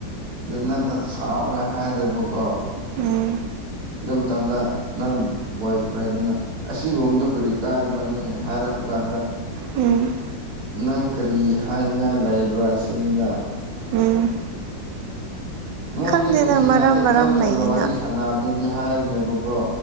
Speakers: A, on the right; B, on the right.
A: ꯑꯗ ꯅꯪꯅ ꯁꯥꯎꯔꯒ ꯍꯥꯏꯔꯦꯕꯀꯣ
B: ꯎꯝ
A: ꯑꯗꯨ ꯃꯇꯝꯗ ꯅꯪ ꯕꯣꯏꯐ꯭ꯔꯦꯟ ꯗꯨꯅ ꯑꯁꯤꯒꯨꯝꯗ‌ꯣ ꯀꯔꯤ ꯀꯥꯏꯕꯔꯅ‌ꯦ ꯍꯥꯏꯔꯛꯄ ꯀꯥꯟꯗ
B: ꯎꯝ
A: ꯅꯪ ꯀꯔꯤ ꯍꯥꯏꯅꯤꯡꯉꯥꯏ ꯂꯩꯕ꯭ꯔꯥ ꯑꯁꯤꯅꯤꯗ
B: ꯎꯝ
A: ꯃꯣꯏꯗꯤ
B: ꯈꯪꯗꯦꯗ
A: ꯅꯨꯡꯁꯤꯅꯗꯦ
B: ꯃꯔꯝ ꯃꯔꯝ
A: ꯏꯆꯝ ꯆꯝꯅ
B: ꯂꯩꯌꯦꯅ
A: ꯋꯥꯔꯤ ꯁꯥꯟꯅꯕꯅ‌ꯦꯗꯤ ꯍꯥꯏꯔꯤꯅꯦꯕꯀꯣ